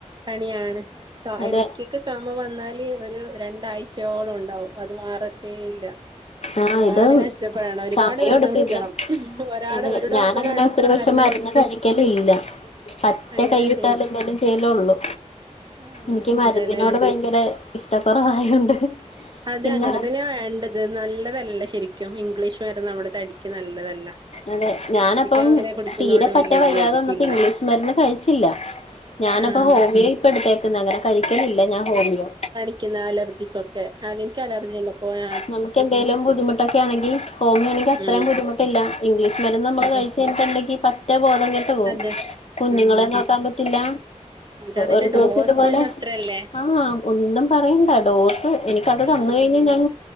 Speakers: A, on the right; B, on the left.
A: പണിയാണ് ചൊ
B: അതെ
A: എനിക്ക് ക്ക് ചൊമ വന്നാല് ഒരു രണ്ടാഴ്ചയോളം ഉണ്ടാവും അത് മാറത്തേ ഇല്ല
B: ആഹ്
A: ഒരുപാട്
B: ഇത്
A: കഷ്ടപ്പെടണം ഒരുപാട്
B: സമയം
A: മരുന്ന്
B: എടുക്കും
A: കുടിക്കണം
B: ഇത്
A: ഒരാള്
B: അതെ
A: ഒരു
B: ഞാനങ്ങനെ
A: ഡോക്ടറെ കാണിച്ച്
B: ഒത്തിരി പക്ഷെ
A: മരുന്ന് കുടി
B: കഴിക്കലില്ല പറ്റേ
A: അങ്ങനെയാ
B: കൈവിട്ടാല്
A: ചെയ്യുന്നത്
B: എന്തേലും ചെയ്യലുള്ളൂ
A: ആഹ്
B: ൻക്കി മരുന്നിനോട്
A: അതെല്ലേ
B: ഭയങ്കര ഇഷ്ടക്കുറവായോണ്ട്
A: അത്
B: പിന്നെ
A: അങ്ങനെ തന്നെ വേണ്ടത് നല്ലതല്ല ശരിക്കും ഇംഗ്ലീഷ് മരുന്ന് നമ്മുടെ തടിക്ക് നല്ലതല്ല
B: അതെ ഞാന്
A: അധികം
B: അപ്പയും
A: അങ്ങനെ കുടിക്കുന്നതോട്
B: തീരെ പറ്റെ
A: വലിയ ഇത്
B: വയ്യാതെ
A: യോജിപ്പില്ല
B: വന്നപ്പൊ ഇംഗ്ലീഷ് മരുന്ന് കഴിച്ചില്ല ഞാനപ്പം
A: ആഹ്
B: ഹോമിയോ ഇപ്പ എടുത്തേക്കുന്നെ അങ്ങനെ കഴിക്കലില്ല ഞാൻ ഹോമിയോ
A: ക്കുന്ന അലർജിക്കൊക്കെ ആഹ് ഇൻക്കിലർ യി എങ്ങപോയ
B: നമക്ക് എന്തേലും ബുദ്ധിമുട്ടൊക്കെ ആണെങ്കി ഹോമിയോ ആണെങ്കി അത്രയും
A: ഉം
B: ബുദ്ധിമുട്ടില്ല ഇംഗ്ലീഷ് മരുന്ന് നമ്മള്
A: അതെ
B: കഴിച്ചു കഴി ല്ലെങ്കി പറ്റേ ബോധം കെട് പോവും
A: അതെ
B: കുഞ്ഞുങ്ങളെ
A: ആഹ്
B: നോക്കാൻ പറ്റില്ല
A: എന്നിട്ട് അതിന്റെ
B: ഒരു ദിവസം
A: ഡോസ്
B: ഇതുപോലെ
A: തന്നെ അത്രല്ലേ
B: ആഹ് ഒന്നും പറയണ്ട ഡോസ് എനിക്ക് അ
A: ആഹ്
B: വന്ന് കഴിഞ്ഞാ ഞാൻ